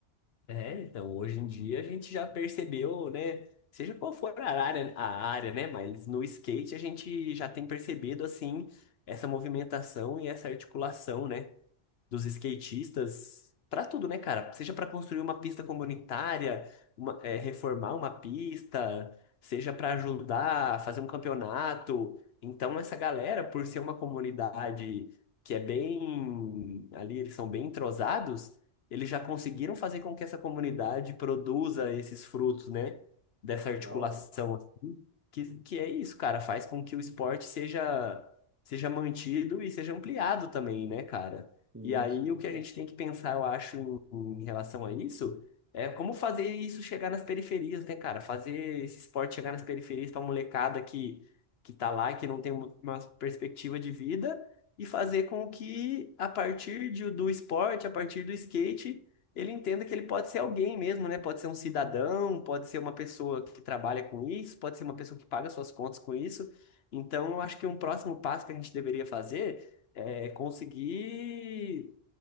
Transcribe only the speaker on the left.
É, então, hoje em dia a gente já percebeu, né? Seja qual for a área, a área, né? Mas no skate a gente já tem percebido, assim, essa movimentação e essa articulação, né? dos skatistas para tudo, né, cara? Seja para construir uma pista comunitária, uma- é, reformar uma pista, seja para ajudar a fazer um campeonato. Então, essa galera, por ser uma comunidade que é bem, ali eles são bem entrosados, eles já conseguiram fazer com que essa comunidade produza esses frutos, né? Dessa articulação,
assim, que, que é isso, cara, faz com que o esporte seja, seja mantido e seja ampliado também, né, cara?
E aí
o que a
gente tem que pensar, eu acho, em, em relação a isso, é como fazer isso chegar nas periferias, né, cara? Fazer esse esporte chegar nas periferias pra molecada que, que tá lá, que não tem uma uma perspectiva de vida, e fazer com que, a partir de- do esporte, a partir do skate, ele entenda que ele pode ser alguém mesmo, né? Pode ser um cidadão, pode ser uma pessoa que trabalha com isso, pode ser uma pessoa que paga suas contas com isso. Então, eu acho que um próximo passo que a gente deveria fazer é, conseguir